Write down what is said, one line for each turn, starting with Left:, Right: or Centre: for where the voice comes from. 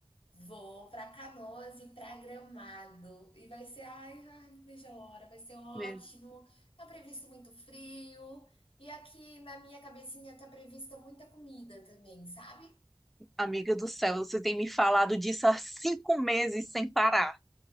Left: Vou para Canoas e para Gramado. E vai ser, ai, ai, não vejo a hora, vai ser ótimo.
Centre: Meu-
Left: Tá previsto muito frio. E aqui na minha cabecinha tá prevista muita comida também, sabe?
Centre: Amiga do céu, você tem me falado disso há cinco meses sem parar.